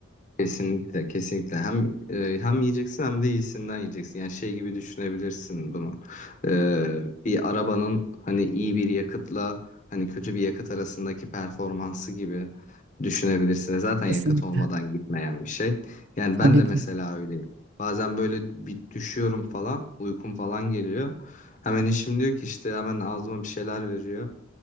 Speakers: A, on the left; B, on the right.
A: Kesinlikle, kesinlikle. Hem e, hem yiyeceksin hem de iyisinden yiyeceksin. Yani şey gibi düşünebilirsin bunu. Ee, bir arabanın hani iyi bir yakıtla hani kötü bir yakıt arasındaki performansı gibi düşünebilirsin. E, Zaten
B: Kesinlikle.
A: yakıt olmadan gitmeyen bir şey. Yani ben
B: Tabii
A: de
B: ki.
A: mesela öyleyim. Bazen böyle bir düşüyorum falan, uykum falan geliyor. Hemen eşim diyor ki işte hemen ağzıma bir şeyler veriyor.